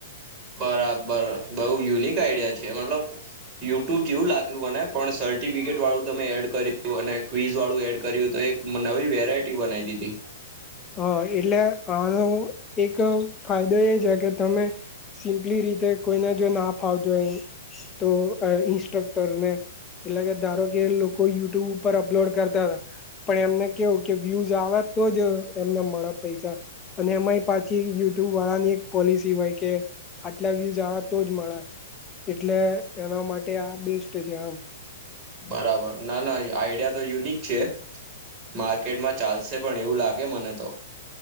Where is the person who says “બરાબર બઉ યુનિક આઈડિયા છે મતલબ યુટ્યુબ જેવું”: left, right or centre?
Right